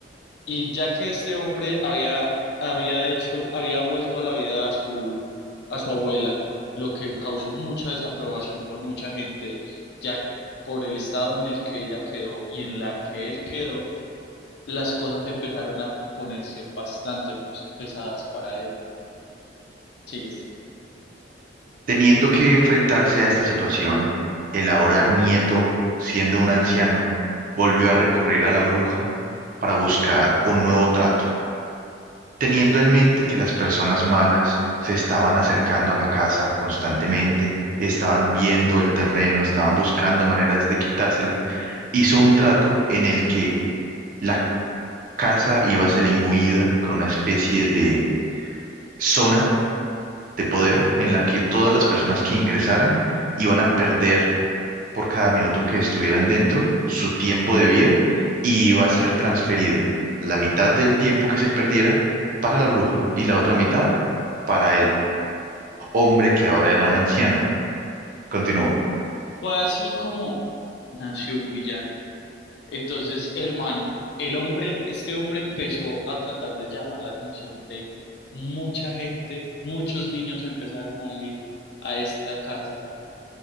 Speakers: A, on the left (about 60°); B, on the right (about 45°).
A: Y ya que este hombre había, había hecho, había vuelto a la vida a su, a su abuela, lo que causó mucha desaprobación por mucha gente, ya por el estado en el que ella quedó y en la que él quedó, las cosas empezaron a ponerse bastante pues, pesadas para él. Sigues.
B: Teniendo que enfrentarse a esta situación, el ahora nieto, siendo un anciano, volvió a recurrir a la bruja para buscar un nuevo trato, teniendo en mente que las personas malas se estaban acercando a la casa constantemente, estaban viendo el terreno, estaban buscando maneras de quitársela, hizo un trato en el que la casa iba a ser imbuida con una especie de zona de poder en la que todas las personas que ingresaran iban a perder por cada minuto que estuvieran dentro, su tiempo de vida, y iba a ser transferido la mitad del tiempo que se perdiera para la bruja y la otra mitad para el hombre que ahora era un anciano. Continúa.
A: Fue así como nació un villano. Entonces el man, el hombre, este hombre empezó a tratar de llamar la atención de mucha gente, muchos niños empezaron a ir a esta casa